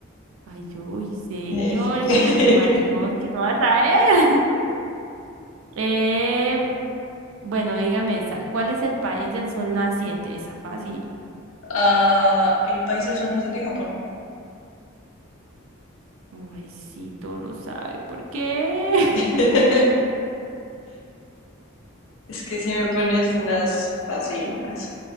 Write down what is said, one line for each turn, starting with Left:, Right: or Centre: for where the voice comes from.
Right: Ay, yo, uy, señor,
Left: Eh, sí.
Right: eso es de primaria, no,
Left: <laughs>
Right: es que no vas a ver. <laughs> Eh, bueno, dígame esta, ¿cuál es el país del sol naciente? Está fácil.
Left: Ah, el país del sol naciente, Japón.
Right: Ay, sí, todo lo sabe. ¿Por qué? <laughs>
Left: <laughs> Es que si me pones unas facilinas.